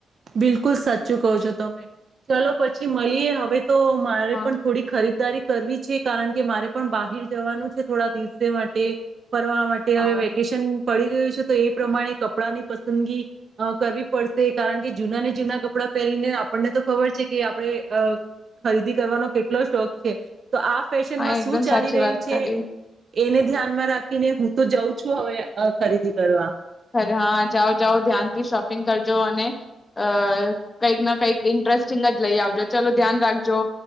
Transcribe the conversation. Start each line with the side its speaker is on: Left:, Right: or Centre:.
Right: બિલકુલ સાચું કહો છો તમે, ચલો પછી મળીએ હવે. તો મારે
Left: હા
Right: પણ થોડી ખરીદારી કરવી છે કારણ કે મારે પણ બહાઈર જવાનું છે થોડા દિવસે માટે. ફરવા માટે હવે
Left: હા
Right: વેકેશન પડી ગયું છે તો એ પ્રમાણે કપડા ની પસંદગી અહ કરવી પડશે કારણ કે જૂના ને જૂના કપડા પહેરીને આપણને તો ખબર છે કે એ આપણે ખરીદી કરવાનો કેટલો શોખ છે. તો આ ફેશનમાં
Left: હા એકદમ
Right: શું ચાલી
Left: સાચી
Right: રહ્યું
Left: વાત
Right: છે
Left: કરી
Right: એને ધ્યાનમાં રાખીને હું તો જાઉં છું હવે અહ ખરીદી કરવા.
Left: અરે હા જાઓ-જાઓ ધ્યાનથી શોપિંગ કરજો અને અહ કંઈક ના કંઈક ઇન્ટરસ્ટિંગ જ લઈ આવજો, ચલો ધ્યાન રાખજો.